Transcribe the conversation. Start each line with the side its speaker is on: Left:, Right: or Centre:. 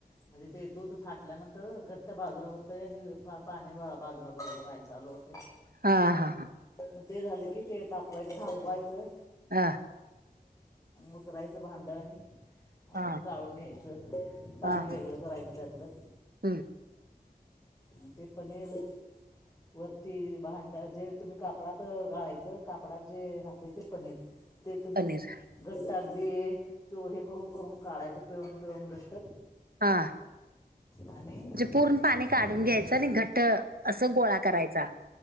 Left: म्हणजे ते दूध फाटल्यानंतर घट्ट बाजूला होतय आणि पाणी बाजूला बाजूला व्हायलतय. चालू होतय.
Right: हा -हा -हा.
Left: मग ते झालं की ते तापवायचं थांबवायचं.
Right: हा.
Left: उतरायचं भांड आणि आपण
Right: हा
Left: गाळून घ्यायचं पाणी
Right: हा
Left: वेगळं करायचं त्यातलं
Right: हम्म.
Left: न ते पनीर वरती भांड्या जे तुम्ही कापडात गाळायचं कापडात जे राहतं ते पनीर. ते तुम्ही?
Right: पनीर
Left: घट्ट अगदी चो हे करून करून काढायचं पिळून पिळून घट्ट.
Right: हा. म्हणजे
Left: आणि
Right: पूर्ण पाणी काढून
Left: मग
Right: घ्यायचं आणि घट्ट असं गोळा करायचा.